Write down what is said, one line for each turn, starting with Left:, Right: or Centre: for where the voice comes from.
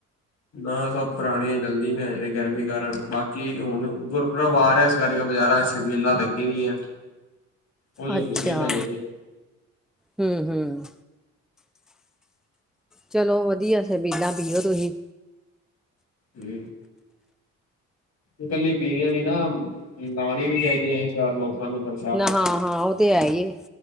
Left: ਨਾ ਸਭ ਪੁਰਾਣੀਆਂ ਚਲਦੀ ਵੀ ਆ ਗਰਮੀ ਕਾਰਨ ਬਾਕੀ ਹੁਣ ਗ। ਪਰਵਾਰ ਹੈ। ਇਸ ਕਰਕੇ ਬਾਜ਼ਾਰਾਂ ਚ ਸ਼ਬੀਲਾਂ ਲੱਗੀ ਦੀਆਂ। ਉਹੀ
Centre: ਅੱਛਾ
Left: ਪੀਨੇ ਪੈ ਜੇ ਤੇ
Centre: ਹੂੰ ਹੂੰ ਚਲੋ ਵਧੀਆ ਛਬੀਲਾਂ ਪੀਓ ਤੁਹੀ
Left: ਹੂੰ ਇਕੱਲੀ ਪੀਣੀਆ ਨੀ ਨਾ ਪਿਲਾਣੀ ਵੀ ਚਾਹੀਦੀਆਂ ਚਾਰ ਲੋਕਾਂ ਨੂੰ ਪਰ।
Centre: ਨਾ ਹਾਂ ਹਾਂ ਉਹ ਤੇ ਹੈ ਹੀ ਏ